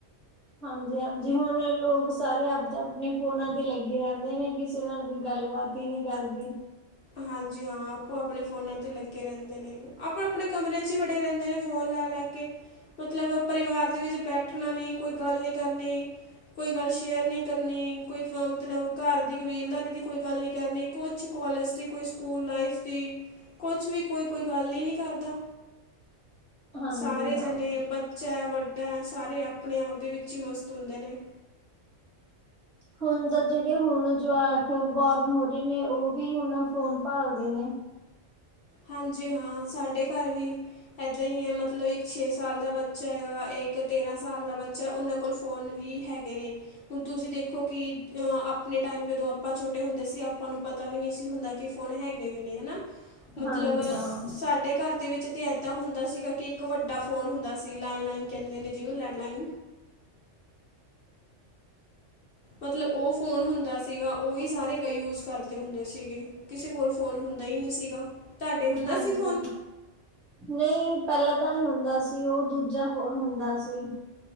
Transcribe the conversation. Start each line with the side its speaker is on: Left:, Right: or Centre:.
Right: ਹਾਂਜੀ ਹਾਂਜੀ ਹੁਣ ਲੋਕ ਸਾਰੇ ਆਪ ਆਪਣੇ ਫੋਨਾਂ ਤੇ ਲੱਗੇ ਰੈਂਦੇ ਨੇ ਕਿਸੇ ਨਾਲ ਕੋਈ ਗੱਲਬਾਤ <unintelligible>
Left: ਹਾਂਜੀ ਹਾਂ ਆਪੋ ਆਪਣੇ ਫੋਨਾਂ ਤੇ ਲੱਗੇ ਰਹਿੰਦੇ ਨੇ ਆਪਾਂ ਆਪਣੇ ਕਮਰਿਆਂ ਚ ਹੀ ਵੜੇ ਰੈਂਦੇ ਨੇ ਫੋਨ ਲੈ ਲੈ ਕੇ ਮਤਲਬ ਪਰਿਵਾਰ ਦੇ ਵਿੱਚ ਬੈਠਣਾ ਨੀ ਕੋਈ ਗੱਲ ਨੀ ਕਰਨੀ ਕੋਈ ਗੱਲ ਸ਼ੇਅਰ ਨਹੀਂ ਕਰਨੀ ਕੋਈ ਫ ਮਤਲਬ ਘਰ ਦੀ ਕਬੀਲਦਾਰੀ ਦੀ ਕੋਈ ਗੱਲ ਨਹੀਂ ਕਰਨੀ ਕੁਛ ਕੋਲਜ ਕੋਈ ਸਕੂਲ ਲਾਈਫ ਦੀ ਕੁਛ ਵੀ ਕੋਈ ਕੋਈ ਗੱਲ ਹੀ ਨਹੀਂ ਕਰਦਾ
Right: ਹਾਂਜੀ
Left: ਸਾਰੇ ਜਣੇ
Right: ਹਾਂ
Left: ਬੱਚਾ ਹੈ ਵੱਡਾ ਸਾਰੇ ਆਪਣੇ ਆਪ ਦੇ ਵਿੱਚ ਹੀ ਮਸਤ ਹੁੰਦੇ ਨੇ
Right: ਹੁਣ ਤਾਂ ਜਿਹੜੇ ਹੁਣ ਜਵਾਕ ਬੋਰਨ ਹੋ ਰਹੇ ਨੇ ਉਹ ਵੀ ਹੁਣ ਫੋਨ ਭਾਲਦੇ ਨੇ
Left: ਹਾਂਜੀ ਹਾਂ ਸਾਡੇ ਘਰ ਵੀ ਇੱਦਾਂ ਹੀ ਹੈ ਮਤਲਬ ਇੱਕ ਛੇ ਸਾਲ ਦਾ ਬੱਚਾ ਹੈਗਾ ਇੱਕ ਤੇਰਾਂ ਸਾਲ ਦਾ ਬੱਚਾ ਉਨਾਂ ਕੋਲ ਕੋਲ ਫੋਨ ਵੀ ਹੈਗੇ ਨੇ ਹੁਣ ਤੁਸੀਂ ਦੇਖੋ ਕਿ ਅ ਆਪਣੇ ਟਾਈਮ ਜਦੋਂ ਆਪਾਂ ਛੋਟੇ ਹੁੰਦੇ ਸੀ ਆਪਾਂ ਨੂੰ ਪਤਾ ਵੀ ਨਹੀਂ ਸੀ ਹੁੰਦਾ ਕਿ ਫੋਨ ਹੈਗੇ ਵੀ ਨੇ ਹਨਾ ਮਤਲਬ
Right: ਹਾਂਜੀ ਹਾਂ,
Left: ਸਾਡੇ ਘਰ ਦੇ ਵਿੱਚ ਤੇ ਏਦਾਂ ਹੁੰਦਾ ਸੀਗਾ ਕਿ ਇੱਕ ਵੱਡਾ ਫੋਨ ਹੁੰਦਾ ਸੀ ਲੈਂਡ ਲਈਨ ਕੈਂਦੇ ਨੇ ਜਿਨੂੰ ਲੈਂਡ ਲਈਨ ਮਤਲਬ ਉਹ ਫੋਨ ਹੁੰਦਾ ਸੀਗਾ ਉਹੀ ਸਾਰੇ ਕ ਯੂਜ ਕਰਦੇ ਹੁੰਦੇ ਸੀਗੇ ਕਿਸੇ ਕੋਲ ਫੋਨ ਹੁੰਦਾ ਹੀ ਨਹੀਂ ਸੀਗਾ ਤੁਹਾਡੇ ਹੁੰਦਾ
Right: ਹਾਂਜੀ
Left: ਸੀ ਫੋਨ
Right: ਨਹੀਂ ਪਹਿਲਾਂ ਤਾਂ ਨਹੀਂ ਹੁੰਦਾ ਸੀ ਉਹ ਦੂਜਾ ਫੋਣ ਹੁੰਦਾ ਸੀ